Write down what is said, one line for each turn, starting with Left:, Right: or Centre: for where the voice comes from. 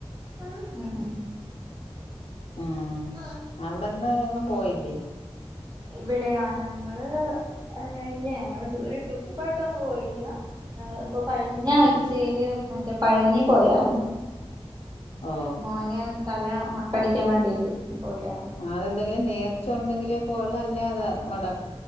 Right: ഹ് ഹ് മ്
Left: ആഹ്‌
Right: ഉം
Left: അവിട ഇന്നാ ഞങ്ങ പോയില്ലേ
Right: ഇവിടെയാ ഞങ്ങള് ഹേയ് ഇല്ല ഞങ്ങള് ട്രിപ്പായിട്ടൊന്നും പോയില്ല കഴിഞ്ഞ ആഴ്ചയില്
Left: ഉം
Right: മറ്റേ പഴനി പോയർ പൊ
Left: ഓ
Right: മോന് തല മൊട്ടടിക്കാൻ വേണ്ടിട്ട് പോയാർന്നു
Left: ആഹ്‌ അതെന്തെങ്കിലും നേർച്ച ഉണ്ടെങ്കിൽ ങ്കെ പോല അല്ലേ അത് അവടെ